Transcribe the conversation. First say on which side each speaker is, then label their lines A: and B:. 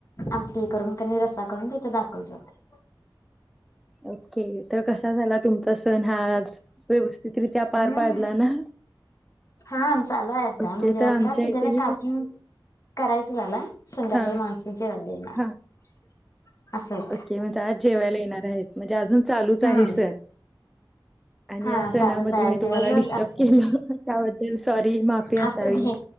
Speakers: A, on the left (about 40°); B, in the centre.
A: आमटी करून, कनी रसा करून, तिथे दाखवलं जातंय.
B: ओके तर कसा झाला तुमचा सण हा आज? व्यवस्थितरित्या पार
A: हम्म
B: पाडला ना?
A: हा चालूये आता,
B: ओके
A: म्हणजे
B: तर
A: आता
B: आमच्या
A: सध्याला
B: इथेही
A: कापून करायचं झालं, संध्याकाळी
B: हा
A: माणसं जेवायला येणार
B: हा
A: असं. होतं.
B: ओके म्हणजे आज जेवायला येणार आहेत, म्हणजे अजून चालूच
A: हम्म
B: आहे सण. आणि
A: हा
B: या सणामध्ये
A: चालूच आहे
B: मी
A: दिवसभर
B: तुम्हाला डिस्टर्ब
A: असतंय
B: केलं, त्याबद्दल सॉरी माफी असावी.
A: असू दे.